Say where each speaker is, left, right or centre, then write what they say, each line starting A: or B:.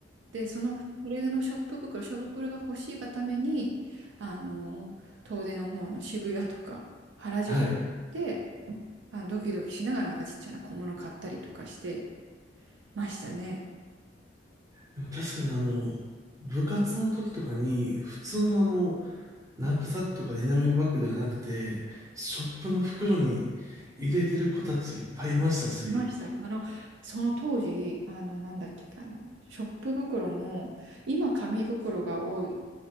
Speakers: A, on the right; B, on the right.
A: で、その、それのショップ袋、ショップ袋が欲しいがために、あの、遠出の方の渋谷とか原宿で、
B: ー、はい。
A: あ、ドキドキしながらなんかちっちゃな小物買ったりとかしてましたね。
B: でも確かにあの、部活の時とかに、普通のあの、ナップサックとかエナメルバッグではなくて、ショップの袋に入れてる子たちいっぱいいましたし、
A: いました。あの、その当時、あの、なんだっけ、あの、ショップ袋も、今、紙袋が多い